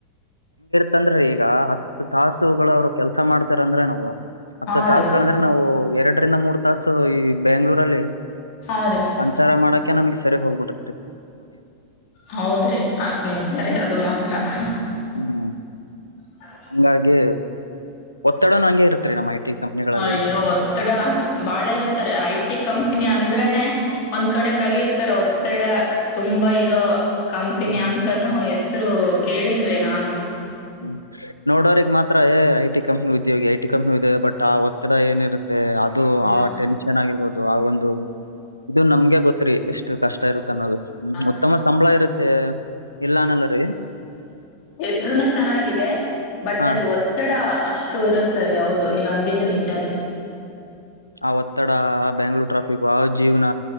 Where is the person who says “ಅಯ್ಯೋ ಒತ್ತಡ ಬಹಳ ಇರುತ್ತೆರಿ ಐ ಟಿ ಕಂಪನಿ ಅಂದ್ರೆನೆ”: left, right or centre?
Left